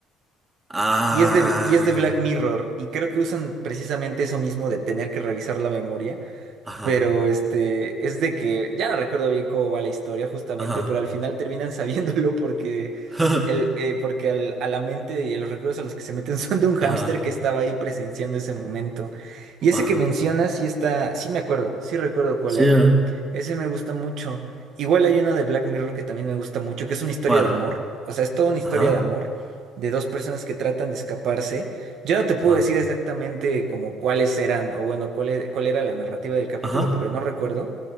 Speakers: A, on the right; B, on the right.
A: Ah.
B: Y es de, y es de Black Mirror, y creo que usan precisamente eso mismo de tener que revisar la memoria.
A: Ajá.
B: Pero este, es de que ya no recuerdo bien cómo va la historia justamente,
A: Ajá.
B: pero al final terminan <laughs> sabiéndolo porque,
A: <laughs>
B: el, eh, porque al- a la mente y a los recuerdos a los que se meten <laughs> son de un hámster
A: Ajá.
B: que estaba ahí presenciando ese momento. Y ese
A: Va.
B: que mencionas, sí está, sí me acuerdo, sí recuerdo cuál
A: Sí,
B: era.
A: ¿verdad?
B: Ese me gusta mucho. Igual hay uno de Black Mirror que también me gusta mucho, que es una historia
A: ¿Cuál?
B: de amor. O sea, es toda una historia
A: Ajá.
B: de amor de dos personas que tratan de escaparse. Yo no te puedo
A: Ajá.
B: decir exactamente como cuáles eran, o bueno, cuál, e- cuál era la narrativa del capítulo,
A: Ajá.
B: porque no recuerdo,